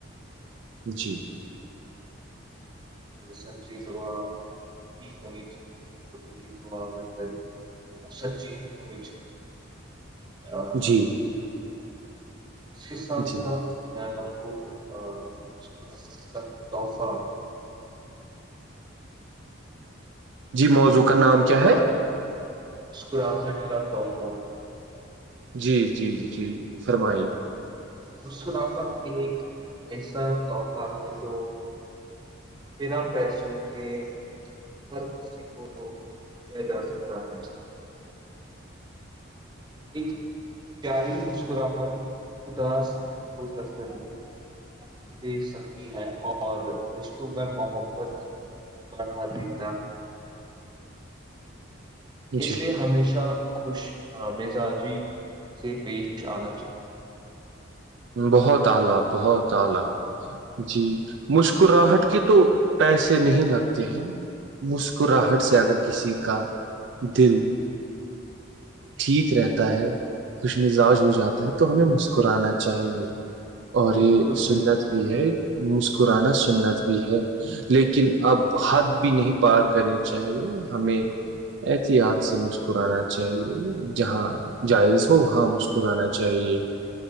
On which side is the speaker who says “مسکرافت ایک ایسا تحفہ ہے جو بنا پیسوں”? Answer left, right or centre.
Right